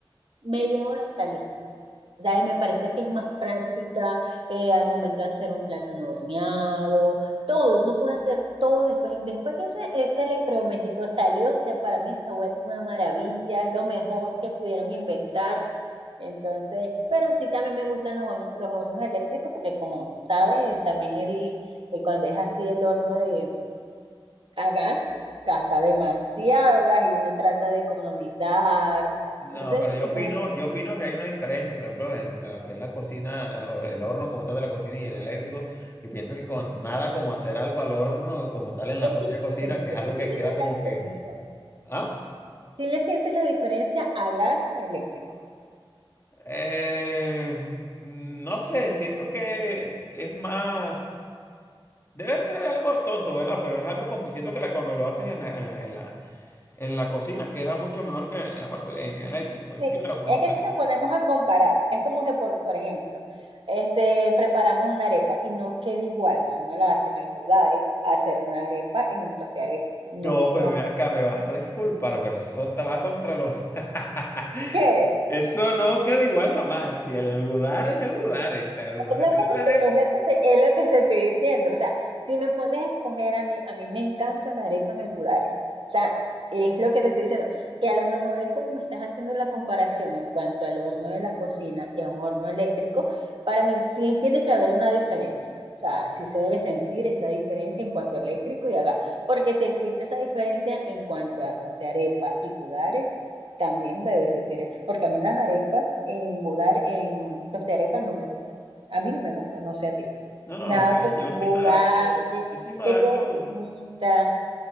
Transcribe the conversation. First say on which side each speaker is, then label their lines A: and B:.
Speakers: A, on the right; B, on the left.
A: media hora está listo. O sea, me parece que es más práctica eh, al momento de hacer un plátano horneado, todo, uno puede hacer todo después, después que ese, ese electrodoméstico salió, o sea, para mí se ha vuelto una maravilla, es lo mejor que pudieron inventar. Entonces, pero sí también me gustan los, hor- los hornos eléctricos porque como sabes, también el, el cuando es así el horno de a gas, gasta demasiado gas y uno trata de economizar.
B: No,
A: Entonces,
B: pero
A: sí,
B: yo opino,
A: me, gu-
B: yo opino que hay una diferencia, por ejemplo, entre lo que es la cocina, eh, o el horno como tal de la cocina y el eléctrico. Yo pienso que con nada como hacer algo al horno como tal en la
A: es
B: propia
A: diferente.
B: cocina, que es algo que
A: Sí, le
B: queda
A: ves
B: como
A: la
B: que,
A: diferencia.
B: ah,
A: Si le sientes la diferencia a gas a eléctrico.
B: eh, mm, no sé, siento que es más, debe ser algo tonto, ¿verdad? Pero es algo como, siento que la- cuando lo haces en la, en la, en la, en la cocina queda mucho mejor que en la parte elé- en el eléctrico, pues.
A: Sí,
B: Claro,
A: es
B: no
A: que si nos ponemos a comparar, es como que, por, por ejemplo, este, preparamos una arepa y no queda igual si uno la hace en almudare, hacer una arepa en un toste arepa. No
B: No,
A: queda.
B: pero ven acá, me vas a disculpar, pero eso te va contra los... <laughs>
A: ¿Qué?
B: Eso no queda igual jamás. eh, Si el budar es el budar, o sea, el budar
A: Es lo
B: es el
A: que te,
B: budar.
A: es lo que te- es lo que te estoy diciendo. O sea, si me pones a escoger, a mí, a mí me encanta la arepa en el budare. O sea, es lo que te estoy diciendo. Que a lo mejor es como me estás haciendo la comparación en cuanto al horno de la cocina y a un horno eléctrico, para mí sí tiene que haber una diferencia. O sea, sí se debe sentir esa diferencia en cuanto a eléctrico y a gas. Porque si existe esa diferencia en cuanto a torta de arepa y budare, también debe existir. Porque a mí las arepas en budar, en tostearepa no me gustan. A mí no me gusta, no sé a ti.
B: No, no,
A: Nada
B: o sea,
A: con
B: yo
A: un
B: sí
A: budalle,
B: me adapto, yo sí me
A: que
B: adapto.
A: queden finitas.